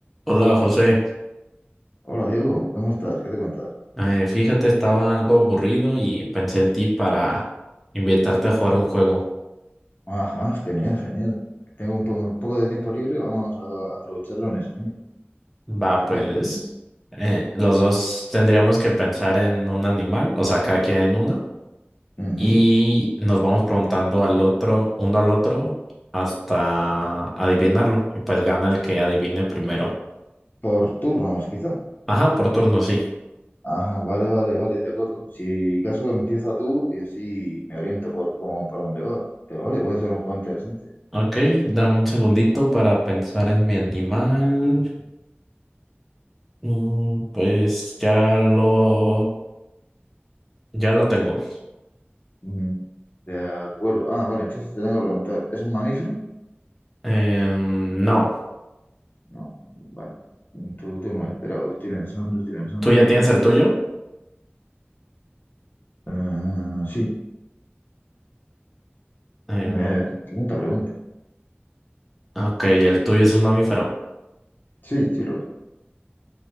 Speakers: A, in the centre; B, on the left (about 50°).
A: Hola José,
B: Hola Diego, ¿cómo estás? ¿Qué te cuentas?
A: Eh, fíjate, estaba algo aburrido y pensé en ti para invitarte a jugar un juego.
B: Ajá, genial, genial. Tengo un, po- un poco de tiempo libre, vamos a aprovecharlo en eso. Venga.
A: Va,
B: ¿Hay
A: pues
B: que jugar?
A: eh, los dos tendríamos que pensar en un animal, o sea, cada quien uno,
B: Ujú.
A: y nos vamos preguntando al otro, uno al otro, hasta adivinarlo, y pues gana el que adivine primero.
B: Por turnos, quizá.
A: Ajá, por turno, sí.
B: Ajá, vale, vale, vale, de acuerdo. Si caso empieza tú y así me oriento por cómo, para dónde va. Pero vale, puede ser un juego interesante.
A: Ok, dame un segundito para pensar en mi animal. Mm, pues ya lo, ya lo tengo.
B: Mm, De acuerdo. Ah, vale, entonces te tengo que preguntar, ¿es un mamífero?
A: Em, no,
B: No, vale. Mm, Tu turno, espera, estoy pensando, estoy pensando.
A: tú ya tienes
B: eh.
A: el tuyo.
B: Eh, sí,
A: Eh,
B: me pregunta, pregunta.
A: ok, el tuyo es un mamífero.
B: Sí, sí lo es.